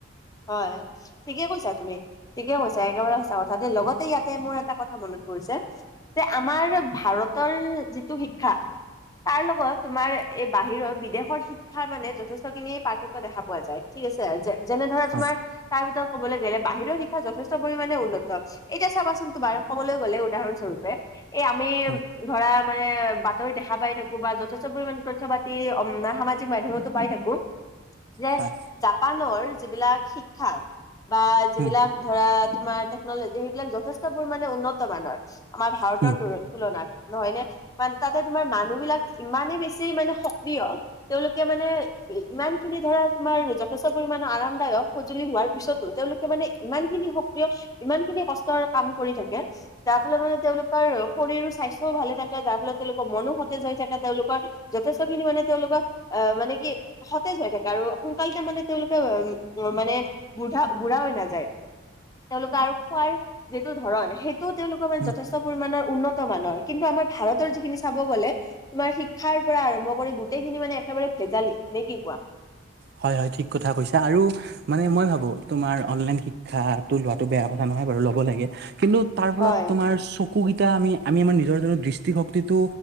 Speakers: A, on the left; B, on the right.
A: হয় ঠিকেই কৈছা তুমি, ঠিকে কৈছা একেবাৰে সঁচা কথা। তাতে লগতে ইয়াতে মোৰ এটা কথা মনত পৰিছে যে আমাৰ ভাৰতৰ যিটো শিক্ষা তাৰ লগত তোমাৰ এ বাহিৰত বিদেশৰ শিক্ষাৰ মানে যথেষ্টখিনিয়ে পাৰ্থক্য দেখা পোৱা যায় ঠিক আছে যে যেনে ধৰা
B: হয়
A: তোমাৰ তাৰ ভিতৰত ক'বলৈ গ'লে বাহিৰৰ শিক্ষা যথেষ্ট পৰিমাণে উন্নত। এতিয়া চাবাচোন তোমাৰ কবলৈ গ'লে উদাহৰণস্বৰূপে এই আমি
B: উম
A: ধৰা মানে বাতৰি দেখা পাই থাকোঁ বা যথেষ্ট পৰিমে তথ্য পাতি অম সামাজিক মাইডমতো পাই থাকোঁ। যে
B: হয়
A: জাপানৰ যিবিলাক শিক্ষা বা যিবিলাক
B: উম
A: ধৰা তোমাৰ টেকনলজি সেইবিলাক যথেষ্ট পৰিমানে উন্নত মানৰ আমাৰ ভাৰতৰ
B: উম
A: তু তুলনাত। নহয় নে মানে তাতে তোমাৰ মানুহ বিলাক ইমানেই বেছি মানে সক্ৰিয় তেওঁলোকে মানে ইমান খিনি ধৰা তোমাৰ যথেষ্ট পৰিমণৰ আৰামদায়ক সজুলি হোৱাৰ পিছতো তেওঁলোকে মানে ইমান খিনি সক্ৰিয় ইমান খিনি কষ্টৰ কাম কৰি থাকে যা যাৰ ফলত মানে তেওঁলোকৰ শৰীৰৰ স্বাস্থ্যও ভালে থাকে যাৰ ফলত তেওঁলোকৰ মনো সতেজ হৈ থাকে তেওঁলোকৰ যথেষ্ট খিনি মানে তেওঁলোকক অ' মানে কি সতেজ হৈ থাকে আৰু সোনকালতে মানে তেওঁলোকে উম মানে বুঢ়া বুঢ়া হৈ নাযায় তেওঁলোকে আৰু খোৱাৰ যিটো ধৰণ সেই সেইটোও তেওঁলোকৰ মানে
B: উম
A: যথেষ্ট পৰিমানৰ উন্নত মানৰ কিন্তু আমাৰ ভাৰতৰ যিখিনি চাব গ'লে তোমাৰ শিক্ষাৰ পৰা আৰম্ভ কৰি গোটেইখিনি মানে একেবাৰে ভেজালি নে কি কোৱা।
B: হয় হয় ঠিক কথা কৈছা আৰু মানে মই ভাবোঁ তোমাৰ অনলাইন শিক্ষাটো ল বেয়া কথা নহয় বাৰু ল'ব লাগে কিন্তু তাৰ
A: হয়
B: ফলত তোমাৰ চ চকু কেইটা আমি আমি আমাৰ নিজৰ দৃষ্টিশক্তিটো